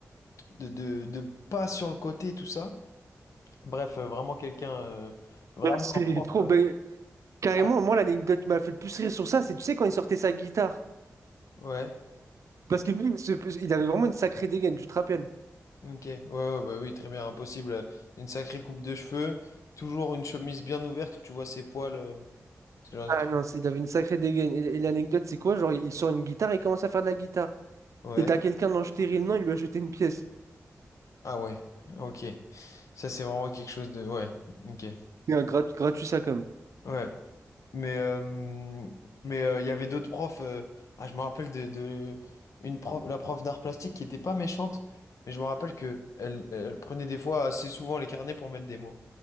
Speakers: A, on the left; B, on the right.
A: de, de de pas sur le côté et tout ça. Bref, euh, vraiment quelqu'un, euh, vraiment
B: Ouais, C'est
A: un prof.
B: trop.
A: euh,
B: bah, Carrément,
A: ah,
B: moi, l'anecdote qui m'a fait le plus rire sur ça, c'est, tu sais, quand il sortait sa guitare.
A: ouais,
B: Parce que lui, il se- il avait vraiment une sacrée dégaine, je te rappelle.
A: ok, ouais, ouais, bah oui, très bien,
B: Ok.
A: impossible. euh, Une sacrée coupe de cheveux, toujours une chemise bien ouverte où tu vois ses poils, euh, ce genre
B: Ah
A: de truc.
B: non, c'est- il avait une sacrée dégaine. Et, et l'anecdote, c'est quoi? Genre, il sort une guitare et il commence à faire de la guitare.
A: Ouais,
B: Et t'as quelqu'un dans stérile, non, il lui a jeté une pièce.
A: ah ouais, ok, ça c'est vraiment quelque chose de. Ouais, ok,
B: Et un grat- gratuit, ça, comme.
A: ouais. Mais euh, mais euh, il y avait d'autres profs. euh, ah, je me rappelle de, de une prof, la prof d'art plastique qui était pas méchante, mais je me rappelle que elle, elle prenait des fois assez souvent les carnets pour mettre des mots.